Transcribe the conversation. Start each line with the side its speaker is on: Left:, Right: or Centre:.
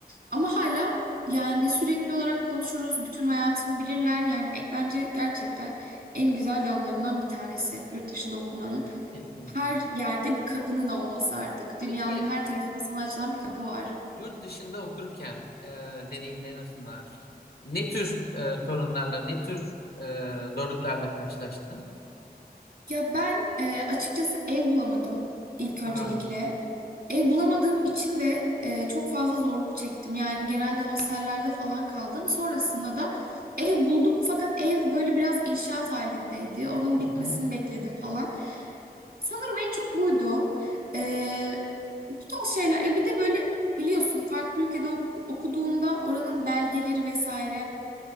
Right: Ama hala yani sürekli olarak konuşuruz. Bütün hayatımı bilirler. Yani e- bence gerçekten en güzel yanlarından bir tanesi yurt dışında okumanın.
Left: Kesinlikle.
Right: Her yerde bir kapının olması artık. Dünyanın
Left: Peki
Right: her tarafında sana açılan bir kapı var.
Left: yurt dışında okurken e, deneyimlerin arasında ne tür e, sorunlarla, ne tür e, zorluklarla karşılaştın?
Right: Ya ben e, açıkçası ev bulamadım ilk öncelikle.
Left: Aa,
Right: Ev bulamadığım için de e, çok fazla zorluk çektim. Yani genelde hostellerde falan kaldım. Sonrasında da ev buldum fakat ev böyle biraz inşaat halindeydi. Onun
Left: Hı
Right: bitmesini
Left: hı.
Right: bekledim falan. Sanırım en çok buydu. E, bu tarz şeyler. Ya bir de böyle biliyorsun farklı ülkede oku- okuduğunda oranın belgeleri vesaire